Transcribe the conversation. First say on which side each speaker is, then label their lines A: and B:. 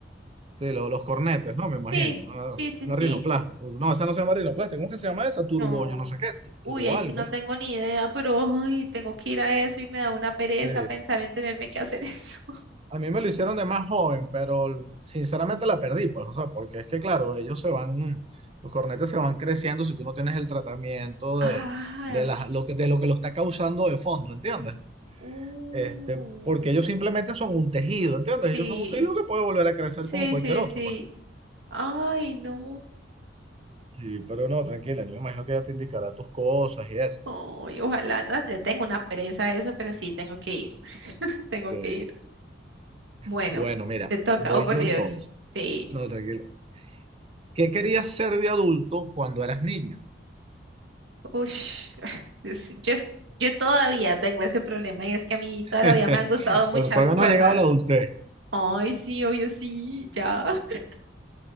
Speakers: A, on the right (about 30°); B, on the right (about 80°).
A: Sí, lo- los cornetes, ¿no? Me imagino.
B: Sí,
A: Una,
B: sí, sí,
A: una
B: sí.
A: rinoplastia. No, esa no se llama rinoplastia. ¿Cómo que se llama esa? Turbo,
B: No.
A: yo no sé qué, tu-
B: Uy,
A: turbo
B: ahí
A: algo,
B: sí no
A: ¿no?
B: tengo ni idea, pero ay, tengo que ir a eso y me da una pereza
A: Sí,
B: pensar en tenerme que hacer eso. <laughs>
A: a mí me lo hicieron de más joven, pero sinceramente la perdí, pues, o sea, porque es que, claro, ellos se van, los cornetes se van creciendo si tú no tienes el tratamiento
B: Ah,
A: de, de,
B: ok.
A: las- lo que, de lo que lo está causando de fondo, ¿entiendes?
B: Uh,
A: Este, porque ellos simplemente son un tejido, ¿entiendes?
B: sí,
A: Ellos son un tejido que puede volver a crecer
B: sí,
A: como cualquier
B: sí,
A: otro,
B: sí.
A: pues.
B: Ay, no.
A: Sí, pero no, tranquila, yo me imagino que ya te indicará tus cosas y eso.
B: Ay, ojalá, no, le tengo una pereza a eso, pero sí, tengo que ir. <laughs> Tengo
A: Sí.
B: que ir. Bueno,
A: Bueno, mira,
B: te toca.
A: voy
B: Oh, por
A: yo
B: Dios.
A: entonces.
B: Sí.
A: No, tranquila. ¿Qué querías ser de adulto cuando eras niño?
B: Ush. <sighs> <laughs> Dios, Yo, es- yo todavía tengo ese problema y es que a mí toda la
A: <laughs>
B: vida me han gustado muchas
A: Pero todavía
B: cosas.
A: no ha llegado la adultez.
B: Ay, sí, obvio, sí, ya, <laughs>